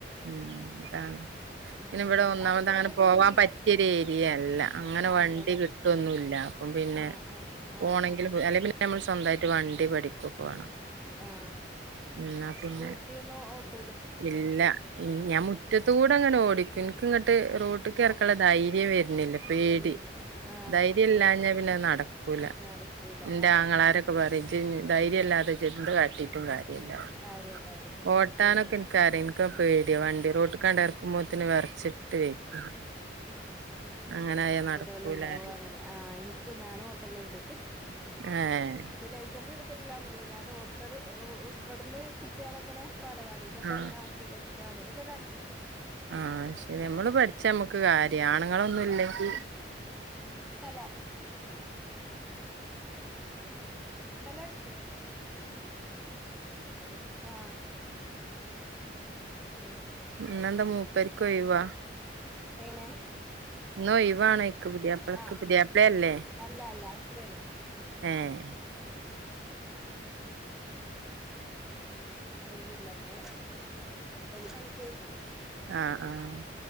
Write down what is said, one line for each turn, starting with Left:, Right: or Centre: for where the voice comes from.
Right: ഉം കാണ
Centre: ഉം
Right: പിന്ന ഇവിടെ ഒന്നാമത്തെ
Centre: അടുത്ത്
Right: അങ്ങനെ
Centre: കൂടെക്കെ
Right: പോവാൻ
Centre: വീടുണ്ടോ
Right: പറ്റിയരു ഏരിയയല്ല അങ്ങനെ
Centre: അല്ലല്ലേ
Right: വണ്ടി കിട്ടും ന്നല്ല അപ്പം പിന്നെ
Centre: ആഹ് ആഹ് ആഹ്
Right: പോണെങ്കിൽ
Centre: ആഹ്
Right: അല്ലെന്നെ നമ്മൾ സ്വന്തമായിട്ട് വണ്ടി പഠിക്കും വേണം
Centre: ആ
Right: എന്നാ
Centre: സ്കൂട്ടി
Right: പിന്നെ
Centre: ഒന്ന്
Right: ഇല്ല ഞാൻ മുറ്റത്തൂടെ
Centre: ആഹ്
Right: അങ്ങനെ ഓടിക്കിക്ക ഇങ്ങ ട്ട് റോട്ട് ക
Centre: ആഹ്
Right: ഇറക്കാള്ള ധൈര്യം വരുന്നില്ല പേടി
Centre: വരണില്ല ആഹ്
Right: ധൈര്യം ഇല്ലഞ്ഞാ പിന്നെ നടക്കൂല
Centre: നടക്കൂല
Right: എന്റെ
Centre: അതന്നെ
Right: ആങ്ങളാരൊക്കെ പറയും ധൈര്യല്ലാതെ ചെന്ത് കാട്ടിട്ടും കാര്യല്ലന്ന്
Centre: കാര്യല്ല അറിയ ഉം
Right: ഓട്ടാനൊ
Centre: ശരിയാണ്
Right: ഇൻക്കറിം പേടിയോ വണ്ടിറോട്ട് ക്കാണ്ടറക്കുമ്പോത്തന് വെറച്ചിട്ട് വെയ്ക്കും
Centre: ശരി
Right: അങ്ങനായാ നടക്കൂല
Centre: ചെലോല്ണ്ടാവും
Right: പറയും
Centre: അങ്ങനെ ആഹ് എനക്ക് ഞാനും ഓട്ടലുണ്ട്
Right: ഏഹ്
Centre: ലൈസൻസ് ഞാൻ ഓട്ടല് ഇവിടന്ന് കുട്ട. പോളങ്ങനെ പാലപാടിക്കൊക്കെ
Right: ആഹ്
Centre: അങ്ങനെ ആക്കിടുക്ക അങ്ങനെയൊക്കെ കാട്ടിലുണ്ട്
Right: ആഹ് ശരി നമ്മള് പ പ നമ്മുക്ക് കാര്യാണുങ്ങളൊന്നും ഇല്ലെങ്കിൽ
Centre: നല്ല അടിച്ചു വരു ആഹ് ഉം
Right: ഇന്നെന്താ മൂപ്പര്ക്ക് ഒഴിവാ
Centre: എങ്ങനെ
Right: നൊയിവാണോ ഓൽക്ക പുതിയാപ്പളക്ക്
Centre: ആഹ്
Right: പുതിയാപ്പള
Centre: ഉം
Right: അല്ലേ
Centre: അല്ല അല്ല ഉപ്പേണ്
Right: ഏഹ്
Centre: <unintelligible> ഒഴിവില്ലന്ന്ഓ കളിൊഴിക്കണ്
Right: ആഹ് ആഹ്